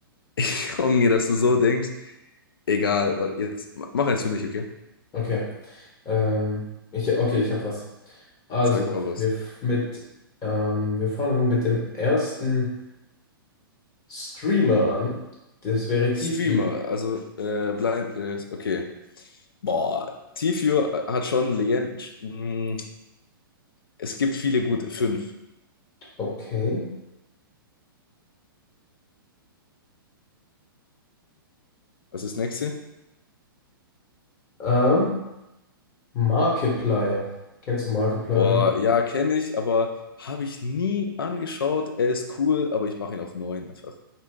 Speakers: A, on the left; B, on the left.
A: <laughs> Ich hoffe, dass du so denkst. Egal, weil jetzt mach eins für mich, okay?
B: Okay. Ähm, ich, okay, ich habe was. Also,
A: Sag, hau raus.
B: wir, f- mit, ähm, wir fangen mit dem ersten Streamer an. Das wäre TFue.
A: Streamer, also äh, Blind, äh, okay. Boah, Tifio hat schon Legenden. Mm, Es gibt viele gute. Fünf.
B: Okay.
A: Was ist das nächste?
B: Ähm, Markiplier. Kennst du Markiplier
A: Boah,
B: noch?
A: ja, kenne ich, aber habe ich nie angeschaut. Er ist cool, aber ich mache ihn auf neun einfach.